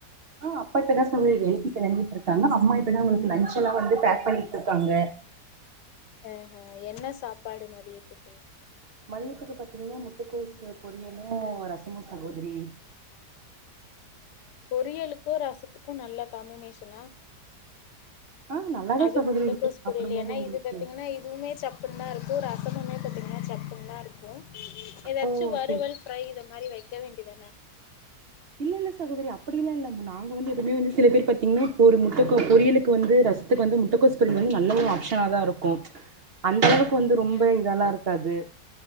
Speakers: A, on the right; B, on the left.
A: ஆ அப்பா இப்பதா சகோதரி வேலைக்கு கெளம்பிட்ருக்காங்க அம்மா இப்பதா அவ்ங்களுக்கு லஞ்ச் எல்லா வந்து பேக் பண்ணிட்ருக்காங்க
B: ஆ ஹ என்ன சாப்பாடு மதியத்துக்கு
A: மதியத்துக்கு பாத்தீங்னா முட்டக்கோஸு பொரியலு ரசமு சகோதரி
B: ம் ம் பொரியலுக்கு ரசத்துக்கு நல்ல காமினேஷனா
A: ஆ நல்லாதா
B: அது
A: சகோதரி
B: முட்டக்கோஸ்
A: இருக்கு
B: பொரியல்
A: சாப்பிடும்போது
B: ஏனா
A: உங்களுக்கு
B: இது பாத்தீங்கனா இதுவுமே சப் ப்புன்தா இருக்கு ரசமுமே பாத்தீங்கனா சப்புன்தா இருக்கு எதாச்சு
A: ஓ
B: வறுவல்
A: செரி
B: ஃப்ரை இத மாரி வெக்க வேண்டிதான
A: இல்ல இல்ல சகோதரி அப்டியெல்லா இல்ல மு நாங்க வந்து எப்பவுமே வந்து சில பேர் பாத்தீங்னா இப்போ ஒரு முட்டக்கோஸ் பொரியலு வந்து ரசத்துக்கு வந்து முட்டக்கோஸ் பொரியல் வந்து நல்ல ஒரு ஆப்ஷனா தா இருக் கு அந்த அளவுக்கு வந்து
B: ம்
A: ரொம்ப இதாலா இருக்காது